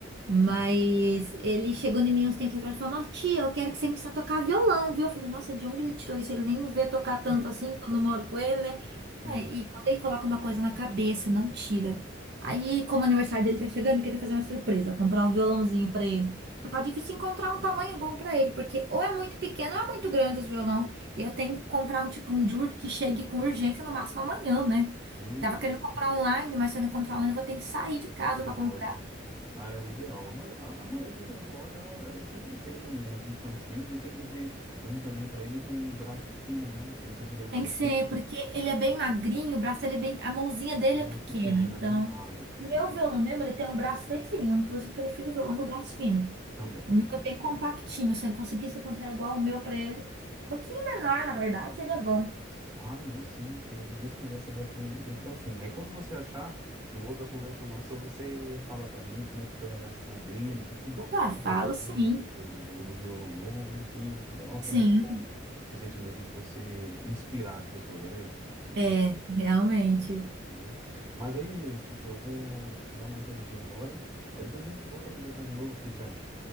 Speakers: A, on the right; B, on the right.
A: Mas ele chegou em mim uns tempos atrás e falou: Nossa, tia, eu quero que você me ensine a tocar violão, viu? Eu falei: Nossa, de onde ele tirou isso? Ele nem me vê tocar
B: <laughs>
A: tanto assim quando eu moro com ele, né?
B: sim.
A: Aí, E quando ele coloca uma coisa na cabeça, não tira. Aí, como o aniversário dele tá chegando, eu queria fazer uma surpresa, comprar um violãozinho pra ele. Só tá difícil encontrar um tamanho bom pra ele, porque ou é muito pequeno ou é muito grande os violão. E eu tenho que comprar um tipo um de ur- que chegue com urgência no máximo amanhã, né?
B: E
A: Tava querendo comprar online, mas se eu não encontrar online, eu vou ter que sair de casa
B: tem que ir na
A: pra
B: loja.
A: comprar.
B: Ah, é o ideal. A, ma- a- a maioria das lojas, ela, ela sempre tem uns infantis e tem que ser um também para ele com um braço fino, né? Eu não sei se ele é magrinho,
A: Tem que ser, porque ele é bem magrinho, o braço ele é bem, a mãozinha dele
B: a mão
A: é pequena,
B: é pequena,
A: então.
B: né? Ah, é,
A: Meu
B: é,
A: violão mesmo, ele tem um braço bem fininho, eu, inclusive prefiro o violão do braço fino.
B: também,
A: O meu
B: dois.
A: é bem compactinho, se eu conseguisse encontrar igual o meu pra ele, um pouquinho menor, na verdade, seria bom.
B: Ah, não, sim. Se Deus quiser, você vai encontrar sim. Aí quando você achar, numa outra conversa nossa, você fala pra mim como é que foi a reação dele, o que que, o
A: Opa,
B: que que
A: falo
B: ele achou
A: sim.
B: do, do, do- do violão novo, que, nossa,
A: Sim,
B: é muito bom. Esse sentimento de você inspirar as pessoas, é legal. Muito
A: é,
B: legal,
A: realmente.
B: tá bom? Mas aí, Letícia, eu vou dar uma saidinha agora. Aí depois a gente volta a conversar de novo. O que que você acha?